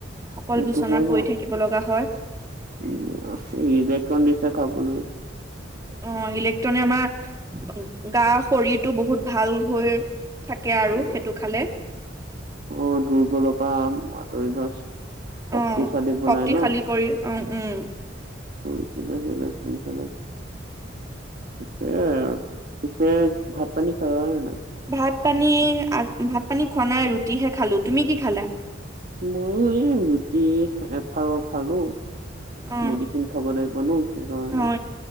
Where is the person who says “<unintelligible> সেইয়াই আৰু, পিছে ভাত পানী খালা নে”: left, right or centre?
Right